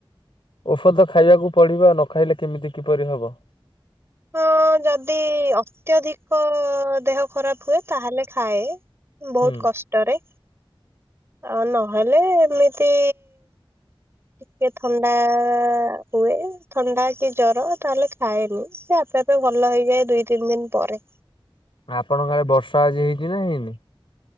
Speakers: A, on the left; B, on the right.
A: ଔଷଧ ଖାଇବାକୁ ପଡ଼ିବ। ନ ଖାଇଲେ କେମିତି କିପରି ହବ।
B: ହଁ ଯଦି ଅତ୍ୟଧିକ ଦେହ ଖରାପ ହୁଏ ତାହେଲେ ଖାଏ। ବହୁତ
A: ହୁଁ
B: କଷ୍ଟରେ ଆଉ ନହେଲେ ଏମିତି ଟିକେ ଥଣ୍ଡା ହୁଏ ଥଣ୍ଡା କି ଜର ତାହେଲେ ଖାଏନି। ସେ ସେଟାତ ଭଲ ହେଇଯାଏ ଦୁଇ ତିନ ଦିନ ପରେ।
A: ଆପଣଙ୍କ ଆଡେ ବର୍ଷା ଆଜି ହେଇଚି ନା ହେଇନି?